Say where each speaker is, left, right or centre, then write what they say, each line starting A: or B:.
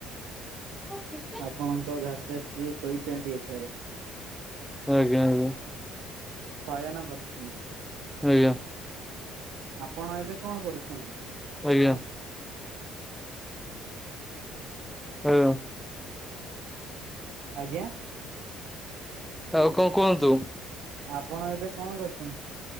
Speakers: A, in the centre; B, on the right.
A: ହୁଛିିତ
B: ଆପଣଙ୍କ ଭ୍ରାତାଶ୍ରୀ ଶୋଇଚନ୍ତି ଏଠାରେ।
A: ହଁ ଆଜ୍ଞା <unintelligible>
B: ଶୟାନ କରଛନ୍ତି।
A: ଆଜ୍ଞା।
B: ଆପଣ ଏବେ କଣ କରୁଛନ୍ତି।
A: ଓୟା। ଓ ୟ
B: ଆଜ୍ଞା?
A: ଆଉ କଣ କୁହନ୍ତୁ।
B: ଆପଣ ଏବେ କଣ କରୁଛନ୍ତି।